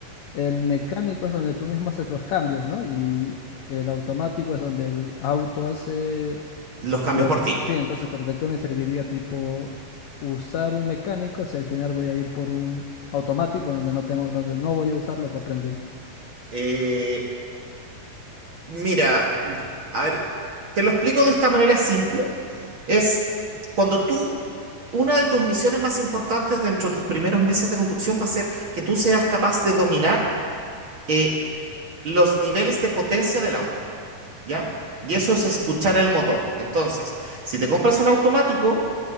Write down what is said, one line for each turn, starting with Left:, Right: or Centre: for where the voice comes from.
Left: el mecánico es donde tú mismo haces los cambios, ¿no? Y el automático es donde el auto hace
Right: Los cambios
Left: Los,
Right: por ti.
Left: sí, entonces, pero ¿de qué me serviría tipo usar un mecánico si al final voy a ir por un automático donde no tengo, donde no voy a usar lo que aprendí?
Right: Eh, Mira, a ver, te lo explico de esta manera simple. Es cuando tú, una de tus misiones más importantes dentro de tus primeros meses de conducción va a ser que tú seas capaz de dominar eh, los niveles de potencia del auto, ¿ya? Y
Left: Ujú.
Right: eso es escuchar el motor. Entonces, si te compras un automático,